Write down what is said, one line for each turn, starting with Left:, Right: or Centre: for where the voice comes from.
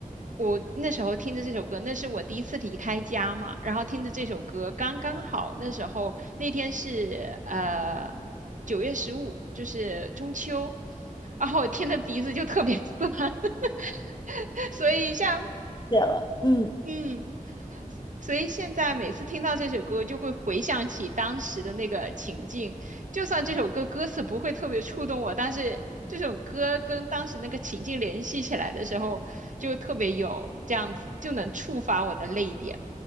Right: 我那时候听着这首歌，那是我第一次离开家嘛，然后听着这首歌，刚刚好那时候那天是呃九月十五，就是中秋，然后我听的鼻子就特别酸，<laughs> 所以像
Left: 写了，嗯
Right: 嗯。所以现在每次听到这首歌，就会回想起当时的那个情境。就算这首歌歌词不会特别触动我，但是这首歌跟当时那个情境联系起来的时候，就特别有这样子，就能触发我的泪点。